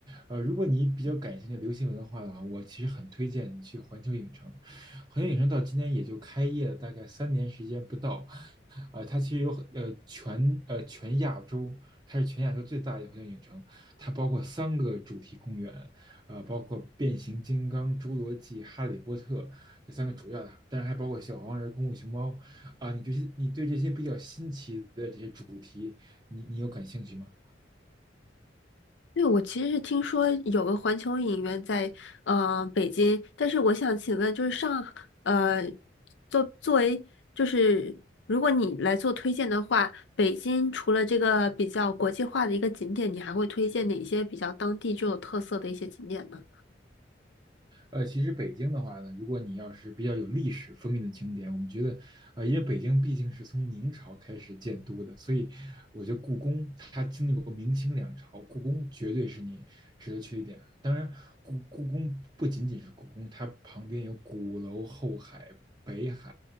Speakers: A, on the right; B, on the left.
A: 呃，如果你比较感兴趣流行文化的话，我其实很推荐你去环球影城。环球影城到今天也就开业了大概三年时间不到，啊、它其实有很呃全呃全亚洲，它是全亚洲最大的环球影城，它包括三个主题公园，呃，包括变形金刚、侏罗纪、哈利波特这三个主要的，当然还包括小黄人、功夫熊猫啊，你这些你对这些比较新奇的这些主，你你有感兴趣吗？
B: 因为我其实是听说有个环球影院在呃北京，但是我想请问，就是上呃作作为就是如果你来做推荐的话，北京除了这个比较国际化的一个景点，你还会推荐哪些比较当地具有特色的一些景点呢？
A: 呃，其实北京的话呢，如果你要是比较有历史风韵的景点，我们觉得，呃，因为北京毕竟是从明朝开始建都的，所以我觉得故宫它经历过明清两朝，故宫绝对是你值得去的一点。当然，故故宫不仅仅是故宫，它旁边有鼓楼、后海、北海，